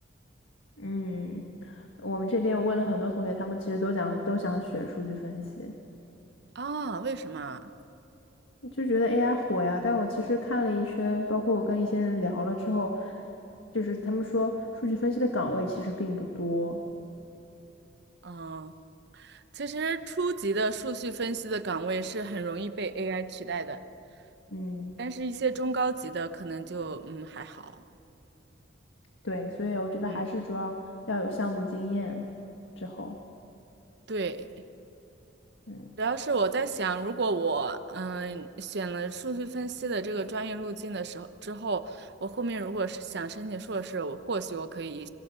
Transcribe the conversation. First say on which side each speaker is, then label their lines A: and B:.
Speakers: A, on the left; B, on the right.
A: 嗯，我们这边我问了很多同学，他们其实都想都想选数据分析，
B: 啊，为什么啊
A: 就觉得 AI 火呀。但我其实看了一圈，包括我跟一些人聊了之后，就是他们说数据分析的岗位其实并不多。
B: 嗯，其实初级的数据分析的岗位是很容易被 AI 取代的，
A: 嗯，
B: 但是一些中高级的可能就嗯还好。
A: 对，所以我觉得还是主要要有项目经验之后。
B: 嗯，对。
A: 嗯。
B: 主要是我在想，如果我嗯选了数据分析的这个专业路径的时候之后，我后面如果是想申请硕士，我或许我可以